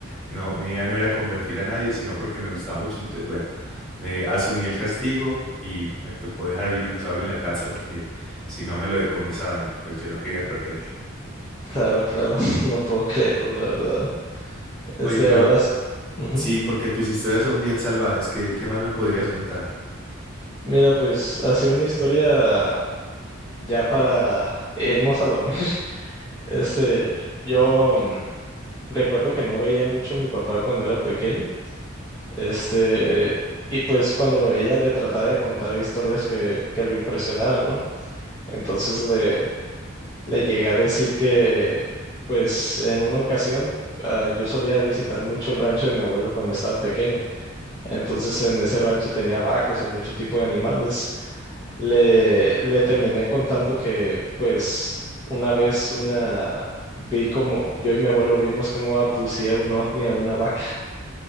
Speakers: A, in the centre; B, on the left.
A: No, mi idea no era convertir a nadie, sino porque me gustaba mucho. Entonces, bueno, eh, asumí el castigo y me tocó dejar el dinosaurio en la casa porque si no me lo decomisaban y pues yo no quería perderlo.
B: Claro, claro, <laughs> no puedo creerlo, la verdad. Este,
A: Oye, pero
B: ahora, s- ujú.
A: sí, porque tus historias son bien salvajes. ¿Qué, qué más me podrías contar?
B: Mira, pues ha sido una historia ya para irnos a dormir. <laughs> Este, yo mm, recuerdo que no veía mucho a mi papá cuando era pequeño. Este, y pues cuando lo veía le trataba de contar historias que, que lo impresionaran, ¿no? Entonces le, Le llegué a decir que, pues, en una ocasión ah, yo solía visitar mucho el rancho de mi abuelo cuando estaba pequeño. Entonces, en ese rancho tenía vacas y mucho tipo de animales. Le, le terminé contando que, pues, una vez una vi como yo y mi abuelo vimos cómo abducía un ovni a una vaca.